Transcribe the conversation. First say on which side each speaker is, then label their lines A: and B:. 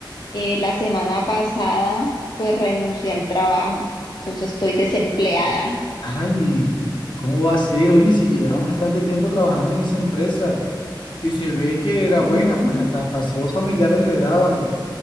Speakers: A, on the left; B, on the left.
A: eh, la semana pasada pues renuncié al trabajo. Entonces estoy desempleada.
B: Ay, ¿Cómo va a ser? Oye, si llevaba bastante tiempo trabajando en esa empresa y se ve que era buena,
A: Mm,
B: pues hasta paseos familiares le daban